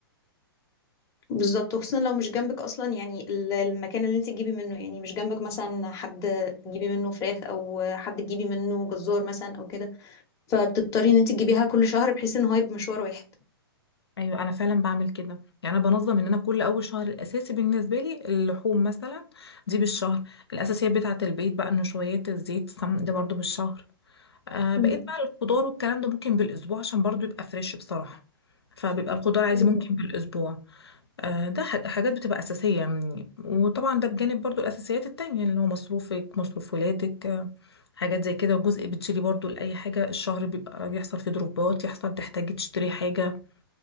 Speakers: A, on the left (about 25°); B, on the left (about 90°).
A: بالظبط وخصوصا لو مش جنبك اصلا يعني ال- المكان اللي انت تجيبي منه يعني مش جنبك مثلا حد تجيبي منه فراخ او حد تجيبي منه جزار مثلا او كده فبتضطري ان انت تجيبيها كل شهر بحيث ان هو يبقى مشوار واحد
B: أيوة أنا فعلا بعمل كده يعني أنا بنظم إن أنا كل أول شهر الأساسي بالنسبة لي اللحوم مثلا دي بالشهر الأساسيات بتاعة البيت بقى النشويات الزيت السمن ده برضو بالشهر آه
A: مم.
B: بقيت بقى الخضار والكلام ده ممكن بالأسبوع عشان برضو يبقى فريش بصراحة فبيبقى الخضار عادي
A: أيوة،
B: ممكن بالأسبوع آه، ده ح- حاجات بتبقى أساسية يعني. وطبعا ده بجانب برضو الأساسيات التانية اللي هو مصروفك مصروف ولادك آه، حاجات زي كده وجزء بتشيلي برضو لأي حاجة الشهر بيبقى بيحصل فيه ضروبات يحصل تحتاجي تشتري حاجة